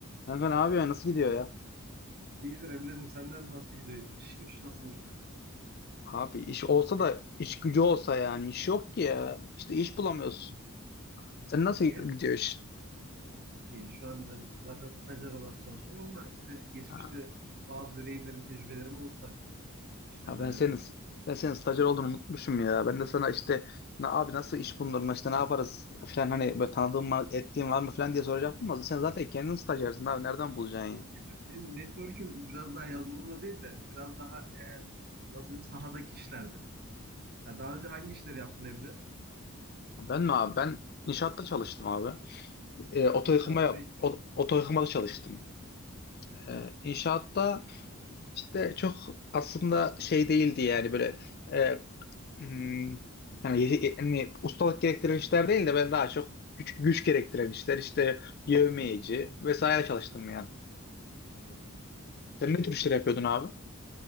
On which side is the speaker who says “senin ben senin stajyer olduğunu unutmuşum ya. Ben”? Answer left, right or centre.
Left